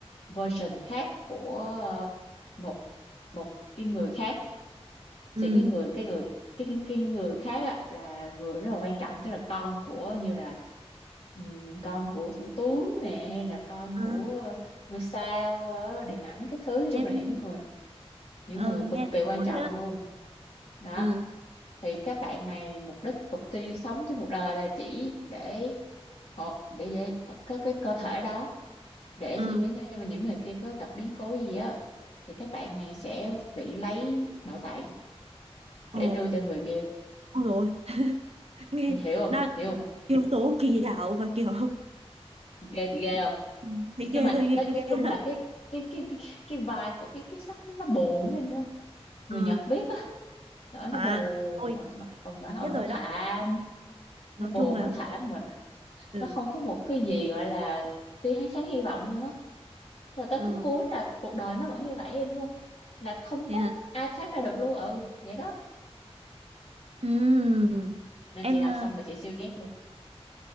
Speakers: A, on the left; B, on the right.
A: version khác của ờ, một một cái người khác
B: ừ
A: thì cái người cái người cái cái, cái người khác á, là người rất là quan trọng tức là con của như là ừm, con của thủ tướng nè hay là con
B: Ờ,
A: của ngôi sao ờ, điện ảnh các thứ nói chung
B: em
A: là những người những
B: ờ,
A: người cực
B: nghe
A: kỳ
B: thấy
A: quan
B: cuốn
A: trọng
B: rồi
A: luôn
B: đó
A: đó
B: ừ
A: thì các bạn này mục đích mục tiêu sống trong cuộc đời là chỉ để một để, để có cái cơ thể đó để
B: ừ
A: khi mấy nhưng nhưng mà những người kia có gặp biến cố gì á thì các bạn này sẽ bị lấy nội tạng để
B: ồ
A: đưa cho người kia
B: ôi rồi nghe
A: thì hiểu không
B: đang
A: hiểu không
B: yếu tố kỳ ảo và kiểu
A: ghê chị ghê không
B: <laughs> thấy
A: nhưng
B: ghê
A: mà
B: hơi ghê
A: nói,
B: ghê
A: nói chung là cái cái cái cái cái vibe của cái cái sách nó, nó buồn em hiểu không người
B: Ờ,
A: Nhật viết á nó nó
B: à
A: buồn
B: tôi
A: mà mà, mà hồi
B: biết
A: nó
B: rồi
A: thảm
B: đó nói
A: nó buồn
B: chung là
A: nó
B: người
A: thảm mình
B: ừ
A: nó không có một cái gì gọi là tia ánh sáng hy vọng luôn á rồi tới
B: ừ
A: khúc cuối là cuộc đời nó vẫn như vậy em hiểu không là không
B: thế
A: có
B: hả
A: ai thoát ra được luôn ừ vậy đó
B: Ừm,
A: nên
B: em
A: chị đọc
B: ờ,
A: xong mà chị siêu ghét luôn